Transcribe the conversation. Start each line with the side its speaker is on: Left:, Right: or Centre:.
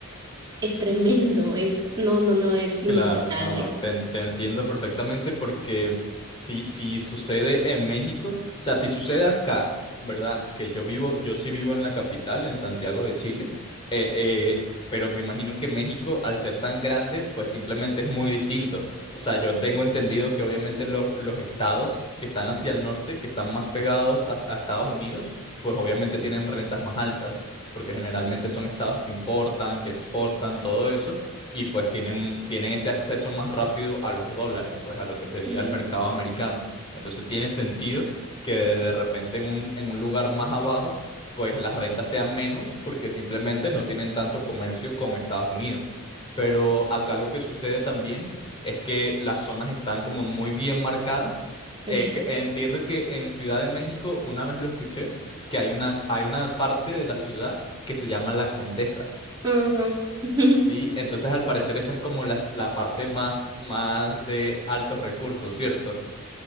Right: es tremendo, es, no, no, no, es inimaginable.
Left: Claro, no, te, en- te entiendo perfectamente porque si, si sucede en México, o sea, si sucede acá, ¿verdad? Que yo vivo, yo sí vivo en la capital, en Santiago de Chile, eh, eh, pero me imagino que México, al ser tan grande, pues simplemente es muy distinto. O sea, yo tengo entendido que obviamente los, los estados que están hacia el norte, que están más pegados a, a Estados Unidos, pues obviamente tienen rentas más altas, porque generalmente son estados que importan, que exportan, todo eso y pues tienen, tienen ese acceso más rápido a los dólares, pues a lo que sería
Right: Ujú.
Left: el mercado americano. Entonces tiene sentido que de repente en un, en un lugar más abajo, pues las rentas sean menos porque simplemente no tienen tanto comercio con Estados Unidos. Pero acá lo que sucede también es que las zonas están como muy bien marcadas.
Right: Ok.
Left: Eh, que- entiendo que en Ciudad de México, una vez lo escuché, que hay una, hay una parte de la ciudad que se llama La Condesa
Right: Ujú. <laughs>
Left: Sí, entonces al parecer esa es como las- la, parte más, más de altos recursos, ¿cierto?